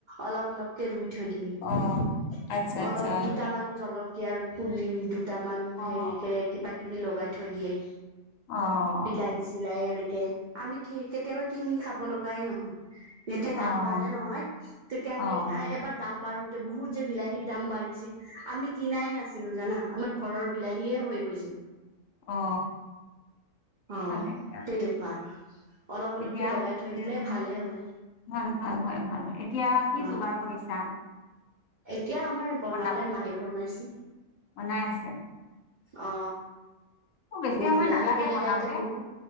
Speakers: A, on the right (about 80°); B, on the left (about 65°).
A: অলপ অলপকে ৰুই থৈ দিয়ে
B: অ', আচ্ছা আচ্ছা
A: অলপ দুটামান জল কীয়াৰ পুলি দুটামান
B: অ',
A: হেৰিকে কিবা কিবি লগাই থৈ দিয়ে
B: অ', অ',
A: বিলাহী চিলাহী এনেকে আমি কি কেতিয়াবা কিনি খাব লগাই নহয় যেতিয়া দাম
B: অ',
A: বাঢ়ে নহয় তেতিয়া আমি
B: অ',
A: এবাৰ দাম বাঢ়োতে বহুত যে বিলাহীৰ দাম বাঢ়িছিল আমি কিনাই নাছিলো জানা আমাৰ ঘৰৰ বিলাহীয়ে হৈ গৈছিল
B: অ
A: অ
B: ভালে দিয়া
A: তেনেকোৱা অলপ অলপকে
B: এতিয়া
A: লগাই থৈ
B: উম।
A: দিলে ভালে হয়
B: ভাল ভাল হয় ভাল হয় এতিয়া কি
A: অ
B: যোগাৰ কৰিছা
A: এতিয়া আমাৰ বনালে
B: বনাব
A: মায়ে বনাইছে
B: বনাই আছে
A: অ
B: অ বেছি
A: গধূলাহে
B: সময় নালাগে
A: বেলেগ
B: বনাব
A: আইটেম
B: হয়নে
A: হ'ব